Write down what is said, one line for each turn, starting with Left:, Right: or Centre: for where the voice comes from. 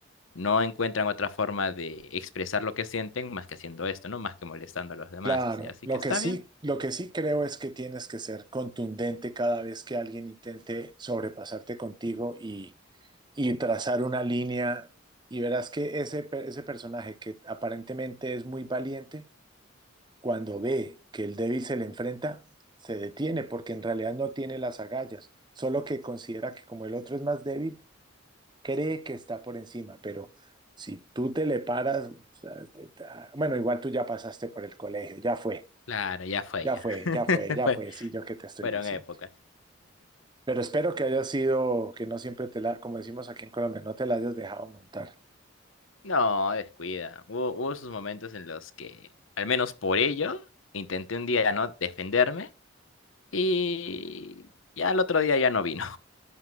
Left: No encuentran otra forma de expresar lo que sienten más que haciendo esto, ¿no? Más que molestando a los demás.
Right: Claro,
Left: y Así
Right: lo
Left: que está
Right: que sí,
Left: bien.
Right: lo que sí creo es que tienes que ser contundente cada vez que alguien intente sobrepasarte contigo y, y trazar una línea y verás que ese, pe- ese personaje que aparentemente es muy valiente, cuando ve que el débil se le enfrenta, se detiene porque en realidad no tiene las agallas, solo que considera que como el otro es más débil, cree que está por encima, pero si tú te le paras, o sea, te- te- ah, bueno, igual tú ya pasaste por el colegio, ya fue.
Left: Claro, ya fue
Right: Ya
Left: ya.
Right: fue,
Left: <laughs>
Right: ya fue, ya
Left: Fue-
Right: fue, sí, yo que te estoy
Left: fueron
Right: diciendo.
Left: épocas.
Right: Pero espero que haya sido, que no siempre te la, como decimos aquí en Colombia, no te la hayas dejado montar.
Left: No, descuida. Hubo, hubo sus momentos en los que, al menos por ello, intenté un día no defenderme y ya el otro día ya no vino.